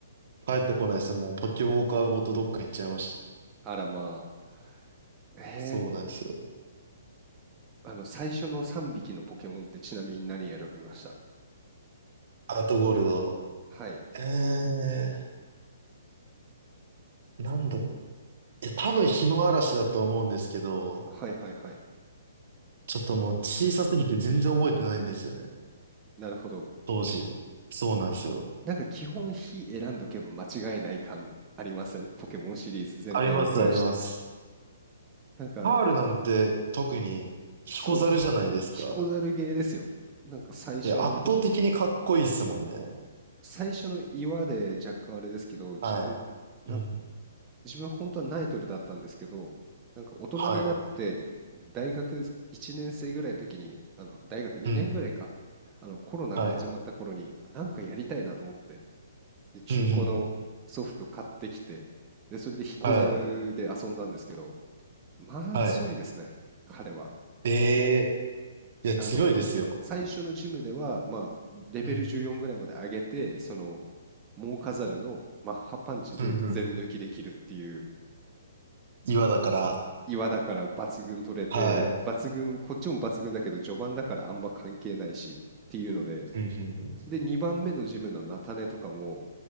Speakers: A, on the right; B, on the right.
A: 帰ってこないですね。もうポケモンカーごとどっか行っちゃいました。
B: あらまあ。へえ
A: そうなんですよ。
B: あの、最初の3匹のポケモンってちなみに何選びました
A: アートゴールド。
B: はい。
A: えー、なんだ。え、多分日の嵐だと思うんですけど、
B: はいはいはい。
A: ちょっともう小さすぎて全然覚えてないんですよね。
B: なるほど。
A: 当時。そうなんですよ。
B: なんか基本非選んどけば間違いない感ありませんポケモンシリーズ全体を通して。
A: あります、あります。
B: なんか、
A: パールなんて特に彦猿じゃないですか。
B: そうです。彦猿ゲーですよ。なんか最初のと、
A: いや、圧倒的にかっこいいっすもんね。
B: 最初の岩で若干あれですけど、自分、
A: はい。
B: なん
A: うん。
B: 自分本当はナイトルだったんですけど、なんか大人になって大学1年生ぐらいの時に、
A: はい。
B: あの大学2年ぐらいか、
A: うん。
B: あのコロナが始まった頃になんかやりたいなと思って、
A: はい。
B: で中古のソフト買ってきて、
A: うん、うん。
B: でそれで彦猿で遊んだんですけど、
A: はい。
B: まあ強いですね、
A: はい。
B: 彼は。
A: ええいや、
B: あの
A: 強いですよ。
B: 最初のジムでは、まあ、レベル14ぐらいまで上げて、
A: うん。
B: その、モーカザルのマッハパンチで全抜きできるっていう
A: うん、うん。岩だから。
B: 岩だから抜群取れて、
A: はい。
B: 抜群、こっちも抜群だけど、序盤だからあんま関係ないしっていうので、
A: うん、うん、
B: で、2番目のジムの菜種とかも、